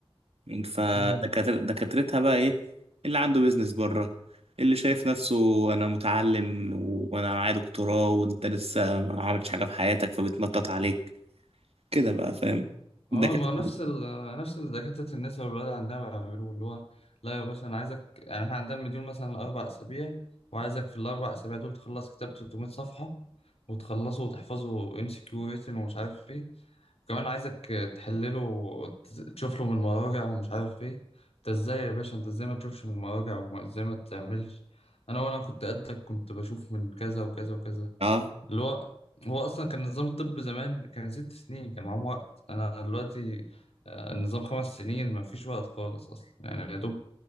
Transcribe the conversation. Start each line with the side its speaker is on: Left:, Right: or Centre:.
Right: فدكاتر-
Left: امم
Right: دكاترتها بقى ايه اللي عنده بيزنس بره اللي شايف نفسه انا متعلم و- وانا معايا دكتوراه وانت لسه ما عملتش حاجه في حياتك فبتنطط عليك كده بقى فاهم دكاتره
Left: اه ما نفس ال نفس اللي دكاترة النساء والولاد عندنا بيعملوه اللي هو لا يا باشا انا عايزك يعني احنا عندنا المديول مثلا اربع اسابيع وعايزك في الاربع اسابيع دول تخلص كتاب 300 صفحة وتخلصه وتحفظه ام سي كيو ريتن ومش عارف ايه وكمان عايزك تحلله وتشوف له من المراجع ومش عارف ايه انت ازاي يا باشا انت ازاي ما تشوفش من المراجع وازاي ما تعملش انا وانا كنت قدك كنت بشوف من كذا وكذا وكذا
Right: اه
Left: اللي هو هو اصلا كان نظام الطب زمان كان ست سنين كان معاهم وقت انا دلوقتي آه، النظام خمس سنين ما فيش وقت خالص اصلا يعني يا دوب